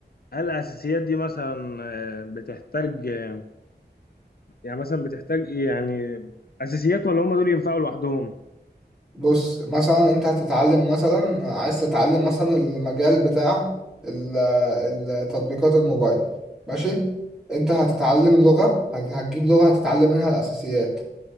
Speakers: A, on the left (about 60°); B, in the centre.
A: هل الاساسيات دي مثلا آه، بتحتاج آه، يعني مثلا بتحتاج ايه يعني اساسيات ولا هم دول ينفعوا لوحدهم
B: بص مثلا أنت هتتعلم مثلا عايز تتعلم مثلا المجال بتاع ال- ال- تطبيقات الموبايل ماشي أنت هتتعلم لغة هت- هتجيب لغة هتتعلم منها الأساسيات